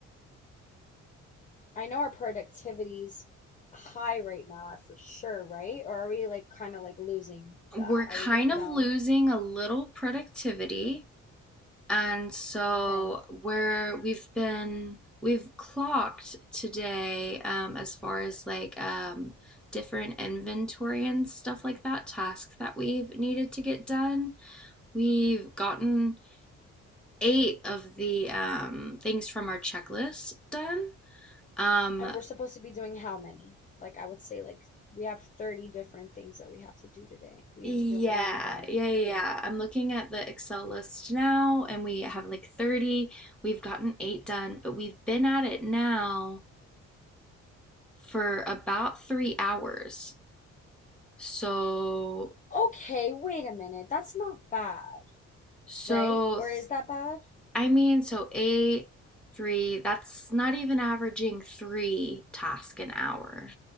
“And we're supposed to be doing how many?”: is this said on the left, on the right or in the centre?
Left